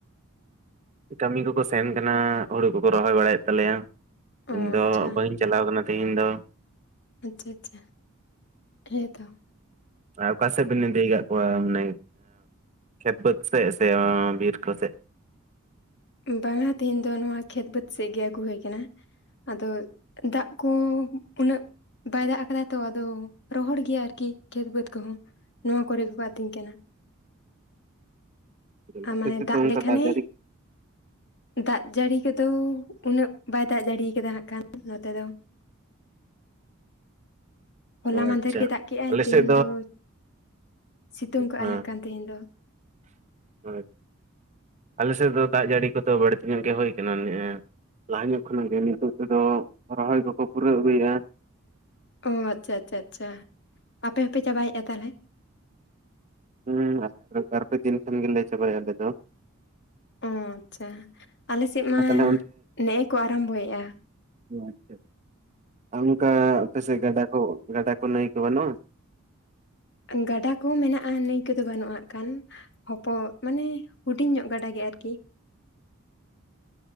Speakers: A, on the right; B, on the left.
A: ᱠᱟᱹᱢᱤ ᱠᱚᱠᱚ ᱥᱮᱱ ᱠᱟᱱᱟᱹᱻ ᱦᱩᱲᱩ ᱠᱚᱠᱚ ᱨᱚᱦᱚᱭ ᱵᱟᱲᱟᱭᱮᱫ ᱛᱟᱞᱮᱭᱟ
B: ᱚ
A: ᱤᱧ ᱫᱚ
B: ᱟᱪᱪᱷᱟ
A: ᱵᱟᱹᱧ ᱪᱟᱞᱟᱣ ᱟᱠᱟᱱᱟ ᱛᱮᱦᱤᱧ ᱫᱚ
B: ᱟᱪᱪᱷᱟᱼᱟᱪᱪᱷᱟ ᱦᱮᱸ ᱛᱚ
A: ᱟᱨ ᱚᱠᱟ ᱥᱮᱫ ᱵᱮᱱ ᱤᱫᱤ ᱠᱟᱫ ᱠᱚᱣᱟ ᱢᱟᱱᱮ ᱠᱷᱮᱛ ᱵᱟᱹᱫᱽ ᱥᱮᱡ ᱥᱮ ᱵᱤᱨ ᱠᱚ ᱥᱮᱫ?
B: ᱵᱟᱝᱟ ᱛᱮᱦᱮᱧ ᱫᱚ ᱱᱚᱣᱟ ᱠᱷᱮᱛ ᱵᱟᱹᱫᱽ ᱥᱮᱫ ᱜᱮ ᱟᱹᱜᱩ ᱦᱩᱭ ᱠᱟᱱᱟᱹ ᱟᱫᱚ ᱫᱟᱜ ᱠᱚ ᱩᱱᱟᱹᱜ᱾ ᱵᱟᱭ ᱫᱟᱜ ᱟᱠᱟᱫᱟ ᱛᱚ ᱟᱫᱚ ᱨᱚᱦᱚᱲ ᱜᱮᱭᱟ ᱟᱨᱠᱤ ᱠᱷᱮᱛ ᱵᱟᱹᱫᱽ ᱠᱚᱦᱚᱸ ᱱᱚᱣᱟ ᱠᱚᱨᱮ ᱜᱮᱠᱚ ᱟᱹᱛᱤᱧ ᱠᱟᱱᱟ
A: ᱡᱮᱞᱟ᱾
B: ᱟᱨ
A: ᱟᱯᱮ
B: ᱢᱟᱱᱮ
A: ᱥᱮᱫ
B: ᱫᱟᱜ
A: ᱫᱚ ᱚᱱᱠᱟ
B: ᱞᱮᱠᱷᱟᱱᱮ
A: ᱡᱟᱹᱲᱤ
B: ᱫᱟᱜ ᱡᱟᱹᱲᱤ ᱠᱚᱫᱚ ᱩᱱᱟᱹᱜ ᱵᱟᱭ ᱫᱟᱜ ᱡᱟᱹᱲᱤ ᱠᱟᱫᱟ ᱦᱟᱜ ᱠᱷᱟᱱ ᱱᱚᱛᱮ ᱫᱚ ᱦᱚᱞᱟ
A: ᱚ
B: ᱢᱟᱫᱷᱮᱨ
A: ᱟᱪᱪᱷᱟ
B: ᱜᱮ ᱫᱟᱜ ᱠᱮᱜ ᱟᱭ
A: ᱟᱞᱮ
B: ᱛᱮᱦᱮᱧ
A: ᱥᱮᱫ
B: ᱫᱚ ᱥᱤᱛᱩᱝ ᱠᱟᱜ
A: ᱦᱮᱸ
B: ᱟᱭ ᱦᱟᱸᱜ ᱠᱷᱟᱱ ᱛᱮᱦᱮᱧ ᱫᱚ
A: ᱦᱳᱭ ᱟᱞᱮ ᱥᱮᱫ ᱫᱚ ᱫᱟᱜ ᱡᱟᱹᱲᱤ ᱠᱚᱫᱚ ᱵᱟᱹᱲᱛᱤ ᱧᱚᱜ ᱜᱮ ᱦᱩᱭ ᱠᱟᱱᱟ ᱱᱮᱜ ᱮ ᱞᱟᱦᱟ ᱧᱚᱜ ᱠᱷᱚᱱᱟᱜ ᱜᱮ ᱱᱤᱛᱳᱜ ᱛᱮᱫᱚ ᱨᱚᱦᱚᱭ ᱠᱚᱠᱚ ᱯᱩᱨᱟᱹᱣ ᱟᱹᱜᱩᱭᱮᱫ-ᱟ᱾
B: ᱚ ᱟᱪᱪᱷᱟ ᱟᱪᱪᱷᱟ ᱟᱪᱪᱷᱟ ᱟᱯᱮ ᱦᱚᱸᱯᱮ ᱪᱟᱵᱟᱭᱮᱫ-ᱟ ᱛᱟᱦᱚᱞᱮ
A: ᱦᱩᱸ ᱟᱨ ᱵᱟᱨ ᱯᱮ ᱫᱤᱱ ᱠᱷᱟᱱ ᱜᱮᱞᱮ ᱪᱟᱵᱟᱭᱟ ᱟᱞᱮ ᱫᱚ
B: ᱚ ᱟᱪᱪᱷᱟ ᱟᱞᱮ ᱥᱮᱫ ᱢᱟ
A: ᱟᱨ ᱛᱟᱦᱚᱞᱮ
B: ᱱᱮᱜ ᱮ ᱠᱚ ᱟᱨᱚᱢᱵᱷᱚᱭᱮᱫ-ᱟ᱾
A: ᱚ ᱟᱪᱪᱷᱟ ᱟ ᱚᱱᱠᱟ ᱟᱯᱮ ᱥᱮᱫ ᱜᱟᱰᱟ ᱠᱚ ᱜᱟᱰᱟ ᱠᱚ ᱱᱟᱹᱭ ᱠᱚ ᱵᱟᱹᱱᱩᱜ-ᱟ?
B: ᱜᱟᱰᱟ ᱠᱚᱦᱚᱸ ᱢᱮᱱᱟᱜ-ᱟ ᱱᱟᱹᱭ ᱠᱚᱫᱚ ᱵᱟᱹᱱᱩᱜ ᱟ ᱦᱟᱜ ᱠᱷᱟᱱ ᱦᱚᱯᱚᱜ ᱢᱟᱱᱮ ᱦᱩᱰᱤᱧ ᱧᱚᱜ ᱜᱟᱰᱟ ᱜᱮ ᱟᱨᱠᱤ